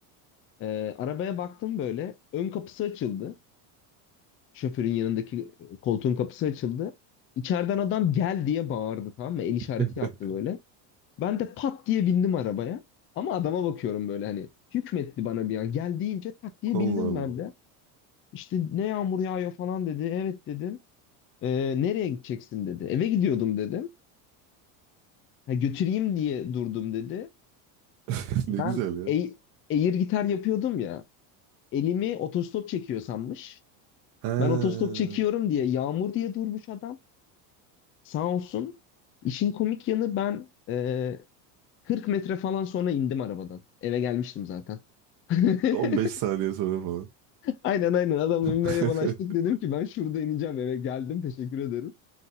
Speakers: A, on the left (about 30°); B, on the right (about 45°).
A: E, arabaya baktım böyle. Ön kapısı açıldı. Şoförün yanındaki koltuğun kapısı açıldı. İçeriden adam gel diye bağırdı tamam mı? El işareti
B: <laughs>
A: yaptı böyle. Ben de pat diye bindim arabaya. Ama adama bakıyorum böyle hani hükmetti bana bir an. Gel deyince tak diye
B: Allah
A: bindim
B: Allah.
A: ben de. İşte ne yağmur yağıyor falan dedi. Evet dedim. "Ee, nereye gideceksin dedi. Eve gidiyordum dedim. "Ha, götüreyim diye durdum dedi.
B: <laughs>
A: Ben
B: Ne güzel ya.
A: ey- air gitar yapıyordum ya. Elimi otostop çekiyor sanmış.
B: Ha.
A: Ben otostop çekiyorum diye yağmur diye durmuş adam. Sağ olsun. İşin komik yanı ben ee, 40 metre falan sonra indim arabadan. Eve gelmiştim zaten. <laughs>
B: <laughs> 15 saniye sonra falan.
A: Aynen aynen adamla
B: <laughs>
A: bir merhabalaştık dedim ki ben şurada ineceğim eve geldim teşekkür ederim.